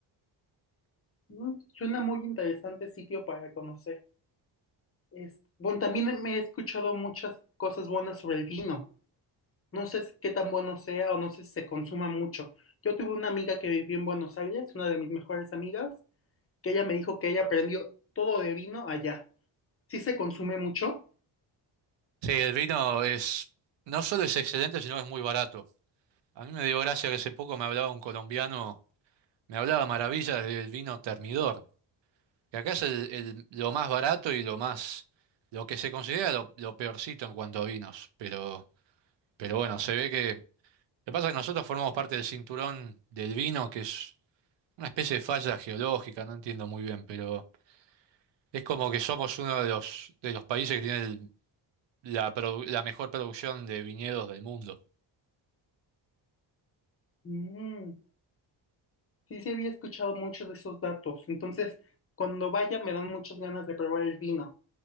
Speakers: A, on the left (about 30°); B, on the right (about 65°).
A: Mm, Suena muy interesante sitio para conocer. Este, bueno, también me he escuchado muchas cosas buenas sobre el vino. No sé qué tan bueno sea o no sé si se consuma mucho. Yo tuve una amiga que vivió en Buenos Aires, una de mis mejores amigas, que ella me dijo que ella aprendió todo de vino allá. ¿Sí se consume mucho?
B: Sí, el vino es, no solo es excelente, sino que es muy barato. A mí me dio gracia que hace poco me hablaba un colombiano, me hablaba maravillas del vino Termidor, que acá es el, el- lo más barato y lo más, lo que se considera lo, lo peorcito en cuanto a vinos, pero, pero bueno, se ve que Lo que pasa es que nosotros formamos parte del cinturón del vino, que es una especie de falla geológica, no entiendo muy bien, pero es como que somos uno de los, de los países que tiene el- la, produ- la mejor producción de viñedos del mundo.
A: Mm, sí, sí había escuchado mucho de esos datos. Entonces, cuando vaya me dan muchas ganas de probar el vino.